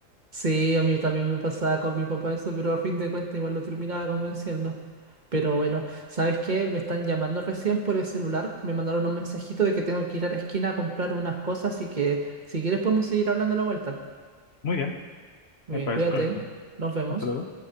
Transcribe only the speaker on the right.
Sí, a mí también me pasaba con mi papá eso, pero a fin de cuentas igual lo terminaba convenciendo. Pero bueno, ¿sabes qué? Me están llamando recién por el celular, me mandaron un mensajito de que tengo que ir a la esquina a comprar unas cosas, así que si quieres podemos seguir hablando a la vuelta.
Muy
bien,
cuídate,
nos vemos.